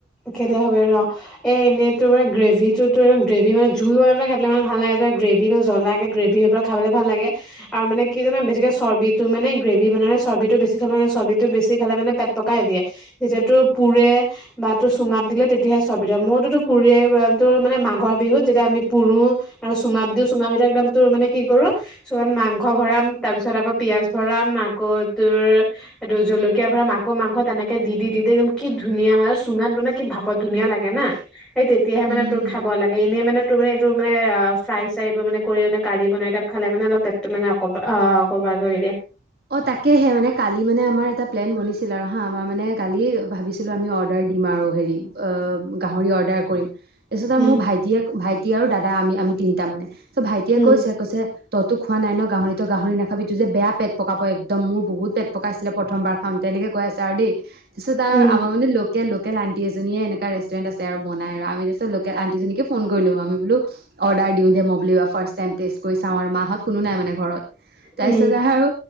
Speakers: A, in the centre; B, on the right.
A: কেতিয়া খাবি ৰ'হ? এ, এনেই তোৰ মানে গ্ৰেভিটো, তোৰ গ্ৰেভি মানে, জোল বনাই পেলাই খাই পেলাই মানে ভাল নালাগে। এইবিলাক গ্ৰেভি বা জ্বলাকে গ্ৰেভি পুৰা খাবলৈ ভাল লাগে। আৰু মানে কি জানা, বেছিকে চৰ্বিটো মানে, গ্ৰেভি বনালে চৰ্বিটো বেছি খাব নালাগে। চৰ্বিটো বেছি খালে মানে পেট পকাই দিয়ে। যিহেতু পুৰে বা এইতো চুঙাত দিলে তেতিয়াহে চৰ্বিতো খাওঁ। মোৰতোটো পুৰি, এ, ব তোৰ মানে মাঘৰ বিহুত যেতিয়া আমি পুৰো আৰু চুঙাত দিওঁ। চুঙাগিতাৰ ভিতৰত তোৰ মানে কি কৰোঁ, চুঙাত মাংস ভৰাওঁ তাৰপিছত আকৌ পিয়াঁজ ভৰাম, আকৌ তোৰ পি এইটো জলকীয়া ভৰাম, আকৌ মাংস। তেনেকে দি-দি-দি-দি একদম কি ধুনীয়া ধুনীয়া হয়, আৰু চুঙাত বনাই কি ভাপত ধুনীয়া লাগে না, এই তেতিয়াহে
B: উম
A: মানে তোৰ খাব খাব লাগে, এনেই মানে তোৰ মানে এইটো মানে আ, ফ্ৰাই-চ্ৰাই মানে, কাৰি বনাই মানে খালে মানে অলপ পেট ত' মানে অকব অ' কভাৰ কৰি দিয়ে।
B: অ', তাকেহে, মানে কালি মানে আমাৰ এটা প্লেন বনিছিল আৰু হা, আমাৰ মানে কালি ভাবিছিলোঁ আমি অৰ্ডাৰ দিম আৰু, হেৰি, অ, গাহৰি অৰ্ডাৰ কৰিম। কালি তাৰপিছত আৰু
A: উম,
B: মোৰ ভাইটিয়ে, ভাইটি আৰু দাদা আমি-আমি তিনিটা মানে, ত ভাইটিয়ে
A: উম,
B: কৈছে-কৈছে তইটো খোৱা নাই ন' গাহৰিতো, গাহৰি নাখাবি, এইটো যে বেয়া পেট পকাব একদম, মোৰ বহুত পেট পকাইছিলে, প্ৰথমবাৰ খাওঁতে, তেনেকে কৈ আছে আৰু দেই। পিছত আৰু,
A: উম,
B: আমাৰ মানে লোকেল লোকেল আণ্টি এজনীয়ে এনেকুৱা ৰেষ্টুৰেণ্ট আছে আৰু বনাই আৰু মিষ্ট লোকেল আণ্টিজনীক ফোন কৰিলো। আমি বোলো অৰ্ডাৰ দিওঁ দে, মই বুলো এইবাৰ ফ্ৰাষ্ট টাইম টেষ্ট কৰি চাওঁ আৰু মাহত কোনো নাই মানে ঘৰত, তাৰপিছত
A: উম,
B: আৰু